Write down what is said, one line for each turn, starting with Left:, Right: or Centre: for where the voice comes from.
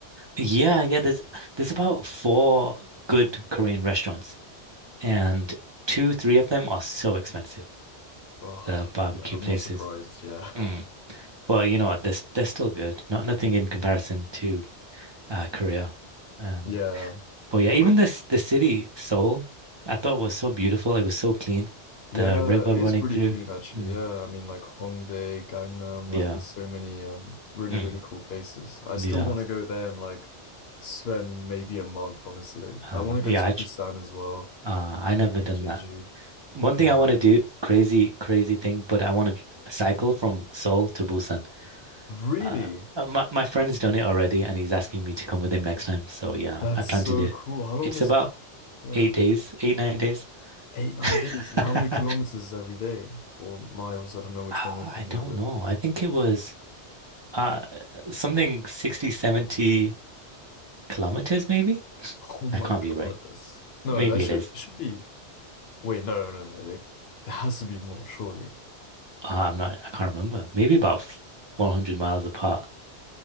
Right: Yeah. Yeah. There's, there's about four good Korean restaurants, and two, three of them are so expensive.
Left: Oh,
Right: The barbecue
Left: yeah, I'm
Right: places.
Left: not surprised. Yeah.
Right: Mm.
Left: <laughs>
Right: But you know what? They're, they're still good. Not nothing in comparison to uh, Korea. Um,
Left: Yeah.
Right: but yeah,
Left: I've
Right: even
Left: got,
Right: this the city Seoul, I thought was so beautiful. It was so clean.
Left: yeah,
Right: The river
Left: it is
Right: running
Left: pretty
Right: through.
Left: clean actually.
Right: Mm,
Left: Yeah. I mean, like Hongdae, Gangnam,
Right: yeah.
Left: like there's so many um, really,
Right: Mm,
Left: really cool places. I
Right: yeah.
Left: still want to go there and like spend maybe a month, honestly. Like,
Right: Uh,
Left: I want to go
Right: yeah.
Left: to
Right: I,
Left: Busan
Right: tr-
Left: as well.
Right: uh, I never
Left: Maybe
Right: done
Left: Jeju.
Right: that. One thing
Left: Yeah.
Right: I want to do, crazy, crazy thing, but I want to cycle from Seoul to Busan.
Left: Really?
Right: Uh, uh, my my friend's done it already, and he's asking me to come with him next time. So yeah,
Left: That's
Right: I plan
Left: so
Right: to do it.
Left: cool. How long
Right: It's
Left: is
Right: about
Left: ah, yeah.
Right: eight days, eight, nine days.
Left: Eight, nine
Right: <laughs>
Left: days. And how many kilometers every day? Or miles? I don't know which
Right: I
Left: one you're familiar
Right: don't
Left: with.
Right: know.
Left: <laughs>
Right: I think it was uh something 60, seventy kilometers, maybe?
Left: Oh my
Right: That can't
Left: God,
Right: be right.
Left: that's no,
Right: Maybe
Left: that should
Right: it is.
Left: should be wait, no, no, no. It, it has to be more, surely.
Right: Uh, I'm not, I can't remember. Maybe about 400 miles apart.